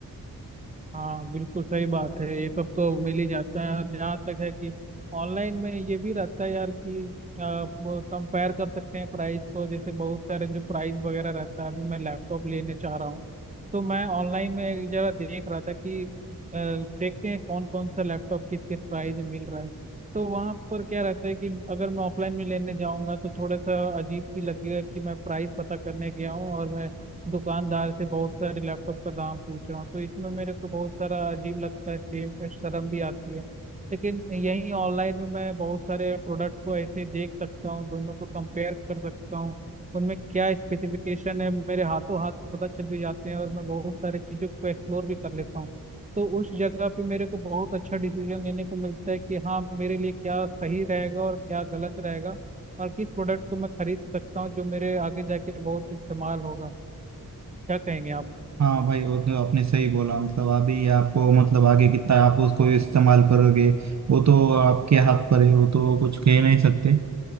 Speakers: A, on the right; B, on the right.
A: हाँ बिल्कुल सही बात है ये सब तो मिल ही जाता है और जहाँ तक है कि ऑनलाइन में ये भी रहता है यार कि आप कंपेयर कर सकते हैं प्राइस को जैसे बहुत सारे जो प्राइस वगैरह रहता है अभी मैं लैपटॉप लेने चाह रहा हूँ तो मैं ऑनलाइन में जरा देख रहा था कि अ, देखते हैं कौन कौन सा लैपटॉप किस किस प्राइस में मिल रहा है तो वहाँ पर क्या रहता है कि अगर मैं ऑफलाइन में लेने जाऊँगा तो थोड़ा सा अजीब भी लगेगा कि मैं प्राइस पता करने गया हूँ और मैं दुकानदार से बहुत सारे लैपटॉप का दाम पूछ रहा हूँ तो इसमें मेरे को बहुत सारा अजीब लगता है सेम शर्म भी आती है लेकिन यहीं ऑनलाइन में मैं बहुत सारे प्रोडक्ट को ऐसे देख सकता हूँ दोनों को कंपेयर कर सकता हूँ उनमें क्या स्पेसिफिकेशन है मेरे हाथों हाथ पता चल भी जाते हैं और मैं बहुत सारी चीज़ों को एक्सप्लोर भी कर लेता हूँ तो उस जगह पे मेरे को बहुत अच्छा डिसीजन लेने को मिलता है कि हाँ मेरे लिए क्या सही रहेगा और क्या गलत रहेगा और किस प्रोडक्ट को मैं खरीद सकता हूँ जो मेरे आगे जाके बहुत इस्तेमाल होगा क्या कहेंगे आप
B: हाँ भाई वो तो आपने सही बोला मतलब अभी ये आपको मतलब आगे कितना आप उसको इस्तेमाल करोगे वो तो आपके हाथ पर है वो तो कुछ कह नहीं सकते